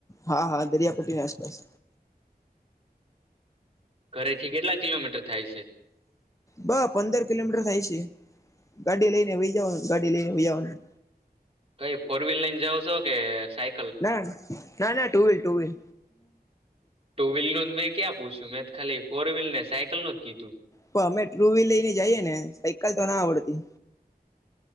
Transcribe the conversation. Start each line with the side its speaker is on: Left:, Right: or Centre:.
Left: હા હા દરિયાપટ્ટીની આસપાસ.
Right: ઘરેથી કેટલા કિલોમીટર થાય છે
Left: બહ પંદર કિલોમીટર થાય છે. ગાડી લઈ ને વઈજવાનું ગાડી લઈને વાઇઆવાનું.
Right: કઈ ફોર વ્હીલ લઈને જાવ છો કે સાય
Left: ના ના ના ટુવિલ ટુવિલ.
Right: ટુ વ્હીલ નું મેં ક્યાં પૂછ્યું મેં ખાલી ફોર વ્હીલર ને સાયકલ નું કીધું.
Left: તો અમે ટુ વ્હીલરને જઈએ ને સાયકલ તો ના આવડતી.